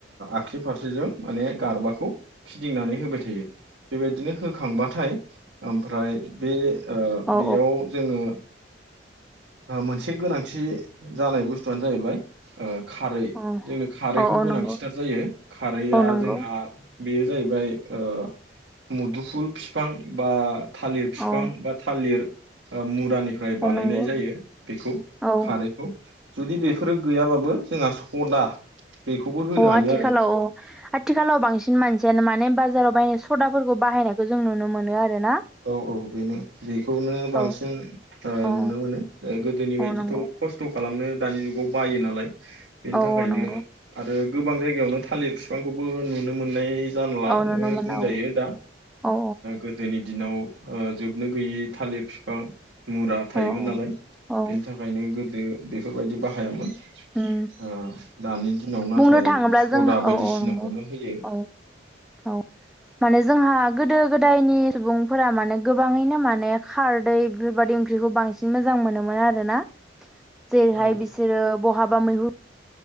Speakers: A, on the right (about 75°); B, in the centre.
A: आखि बेजों माने गारबाखौ फिदिंनानै होबाय थायो बेबायदिनो होखांबा थाय ओमफ्राय बे ओ
B: औ
A: बेयाव जोङो मोनसे गोनांथि जानाय बुस्थुआनो जाहैबाय ओ खारै
B: औ
A: जोंनो खारैखौ
B: औ
A: गोनांथिथार
B: नंगौ
A: जायो खारैया
B: औ नंगौ
A: जोंहा बेयो जाहैबाय ओ मुदुफुल बिफां बा थालिर बिफां
B: औ
A: बा थालिर मुरानि निफ्राय
B: औ
A: बानायनाय
B: नंगौ
A: जायो बेखौ
B: औ
A: खारैखौ । जुदि बेफोरो गैयाबाबो जोंहा सदा बेखौबो होनो
B: अ
A: हायो
B: आथिखालाव
A: आरो।
B: औ आथिखालाव बांसिन मानसियानो माने बाजाराव बायनाय सदाफोरखौ बाहायनायखौ जों नुनो मोनो आरो। ना
A: औ औ बेनो बेखौनो बांसिन
B: औ
A: ओ
B: औ
A: नुनो मोनो गोदोनि बायदिथ
B: औ नंगौ
A: खस्थ खालामनो दानि जुगाव बायो नालाय बेनि
B: औ
A: थाखायनो
B: औ नंगौ
A: आरो गोबां जायगायावनो थालिर बिफांखौबो नुनो मोननाय जानला
B: औ नुनो
A: नो
B: मोनो
A: बुंजायो
B: औ
A: दा
B: औ
A: गोदोनि दिनाव ओ जोबनो गैयै थालिर बिफां मुरा थायोमोन
B: औ औ
A: नालाय
B: औ
A: बेनि थाखायनो गोदो बेफोरबायदि बाहायामोन।
B: उम नंगौ
A: ओ दानि दिनाव नाथाय
B: बुंनो थाङोब्ला
A: सदा
B: जों
A: बायदिसिनाखौनो
B: औ औ नंगौ
A: होयो।
B: औ औ माने जोंहा गोदो गोदायनि सुबुंफोरा माने गोबाङैनो माने खारदै बेफोरबादि ओंख्रिखौ बां बांसिन मोजां मोनोमोन आरोना जेरैहाय
A: औ
B: बिसोरो बहाबा मैहुर